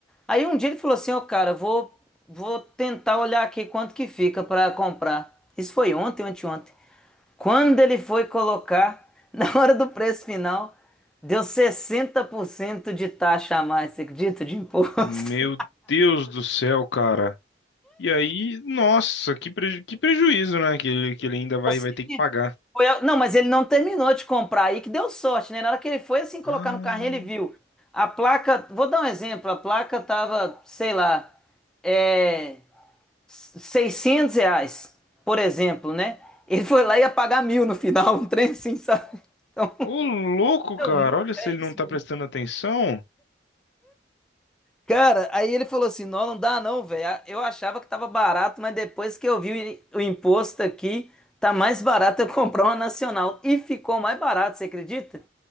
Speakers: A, in the centre; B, on the left.
A: Aí um dia ele falou assim, ó, cara, vou, vou tentar olhar aqui quanto que fica para comprar. Isso foi ontem, anteontem. Quando ele foi colocar, <laughs> na hora do preço final, deu 60% de taxa a mais, você acredita? De imposto.
B: Meu
A: <laughs>
B: Deus do céu, cara. E aí, nossa, que, preju- que prejuízo, né? Que, ele- que ele ainda vai,
A: Eu sei
B: vai ter que
A: que
B: pagar.
A: foi a- Não, mas ele não terminou de comprar aí, que deu sorte, né? Na hora que ele foi assim colocar
B: Ah,
A: no carrinho, ele viu. A placa, vou dar um exemplo, a placa tava, sei lá, é, 600 reais, por exemplo, né? Ele foi lá e ia pagar mil no final, um trem assim, sabe? Então,
B: ô louco,
A: não,
B: cara,
A: muito-
B: olha se
A: é
B: ele
A: isso
B: não tá
A: mesmo.
B: prestando atenção.
A: Cara, aí ele falou assim: não, não dá não, velho. Ah, Eu achava que tava barato, mas depois que eu vi o imposto aqui, tá mais barato eu comprar uma nacional. E ficou mais barato, você acredita?